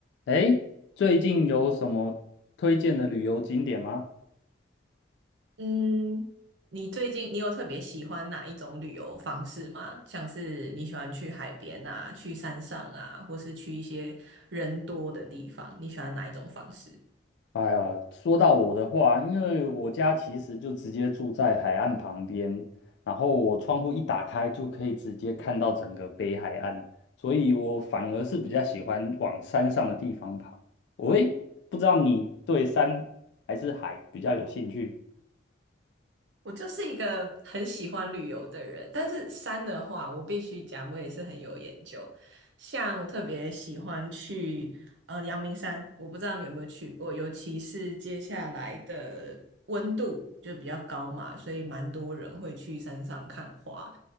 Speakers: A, on the left; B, on the right.
A: 哎，最近有什么推荐的旅游景点吗？
B: 嗯，你最近你有特别喜欢哪一种旅游方式吗？像是你喜欢去海边啊，去山上啊，或是去一些人多的地方，你喜欢哪一种方式？
A: 哎呀，说到我的话，因为我家其实就直接住在海岸旁边，然后我窗户一打开就可以直接看到整个北海岸，所以我反而是比较喜欢往山上的地方跑。喂，不知道你对山还是海比较有兴趣？
B: 我就是一个很喜欢旅游的人，但是山的话，我必须讲，我也是很有研究。像我特别喜欢去呃阳明山，我不知道你有没有去过，尤其是接下来的温度就比较高嘛，所以蛮多人会去山上看花。